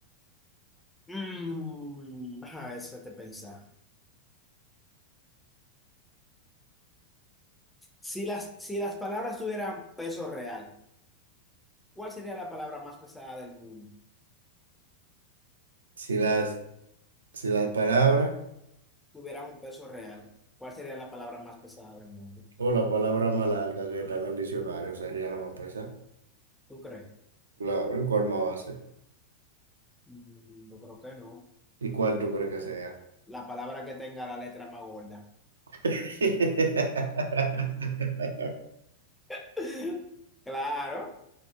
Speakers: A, in the centre; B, on the right.
A: Mm, a ver, si te pensar. Si las, si las palabras tuvieran peso real, ¿cuál sería la palabra más pesada del mundo?
B: Si las, si la palabra
A: Tuvieran un peso real, ¿cuál sería la palabra más pesada del mundo?
B: o la palabra más larga que está en el diccionario sería la más pesada.
A: ¿Tú crees?
B: Claro, ¿y cuál más va a ser?
A: Mm, yo creo que no.
B: ¿Y cuál tú crees que sea?
A: La palabra que tenga la letra más gorda.
B: <laughs>
A: <laughs> Claro.